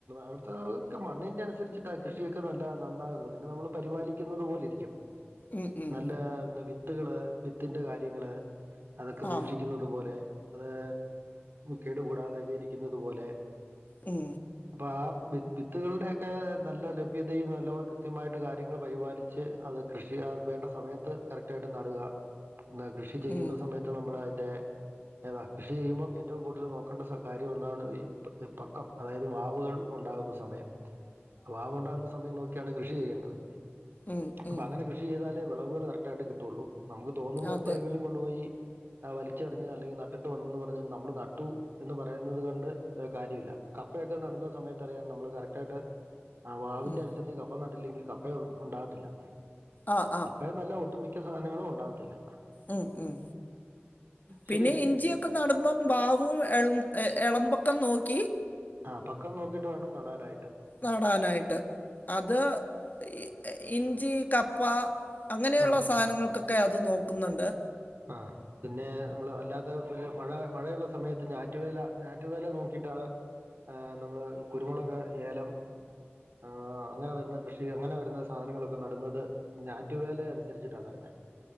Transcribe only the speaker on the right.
അവ്ടുത്തെത് ഒക്കെ മണ്ണിൻ്റെ അനുസരിച്ചിട്ടാ കൃഷിയൊക്കെ നല്ല നന്നാവുന്നത് പിന്നെ നമ്മള് പരിപാലിക്കുന്നത് പോലെ ഇരിക്കും
നല്ലെ വിത്തുകള് വിത്തിന്റെ കാര്യങ്ങള് അതൊക്കെ സൂക്ഷിക്കുന്നത്
പോലെ അതേ കേട് കൂടാതെക്കെ ഇരിക്കിന്നത് പോലെ
അപ്പാ ആ വി വിത്തുകളുടെയൊക്കെ നല്ല ലഭ്യതയും നല്ല കൃത്യമായിട്ട് കാര്യങ്ങൾ പരിപാലി ച്ച് അത് കൃഷി അത് വേണ്ട സമയത്ത് കറക്റ്റായിട്ട് നടുക കൃഷി ചെയ്യുന്ന
സമയ ത്ത് നമ്മൾ അയിൻ്റെ ഏതാ കൃഷി ചെയ്യുമ്പോൾ ഏറ്റവും കൂടുതൽ നോക്കേണ്ട കാര്യം ഒന്നാണ് ഈ ഇപ്പ് പ്പക്കം അതായത് വാവുകൾ ഉണ്ടാകുന്ന സമയം ആ വാവുണ്ടാവുന്ന സമയം നോക്കിയാണ് കൃഷി ചെയ്യേണ്ടത്
അപ്പൊ
അങ്ങനെ കൃഷി ചെയ്താലേ വിളവുകൾ കറക്റ്റായിട്ട് കിട്ടുവൊള്ളൂ നമ്ക്ക് തോന്നുമ്പോ
എപ്പോഴെങ്കിലും കൊണ്ടു പോയി ആ വലിച്ചെറിഞ്ഞ് അല്ലങ്കിൽ നട്ടിട്ട് വന്ന നമ്മള് നട്ടു എന്ന് പറയുന്നത് കൊണ്ട് കാര്യവില്ല കപ്പയൊക്കെ നടുന്ന സമയെ ത്ത് അറിയാം നമ്മള് കറക്റ്റായിട്ട് ആ വാവിന്റെ
അനുസരിച്ച് കപ്പ നട്ടില്ലെങ്കിൽ കപ്പ ഉണ്ടാകത്തില്ല
അപ്പേംനല്ല ഒട്ടുമിക്ക സാനങ്ങളു ണ്ടാവത്തില്ല
ശരിയല്ലേ
ആഹ് പക്കം നോക്കീട്ട് വേണം നടാനായിട്ട്
ആ
ആഹ് പിന്നെ മ്ള് അല്ലാത്ത പിന്നെ മഴ മഴയുള്ള സമയത്ത് ഞാറ്റുവേല ഞാറ്റുവേല നോക്കിയിട്ടാണ് ആഹ് നമ്ള് കുരുമുളക് ഏലം ആഹ് അങ്ങനെ വര്ന്ന കൃഷിക അങ്ങനെ വരുന്ന സാധനങ്ങളൊക്കെ നട്ന്നത് ഞാറ്റുവേല അനുസരിച്ചിട്ടാ നട്ന്നെ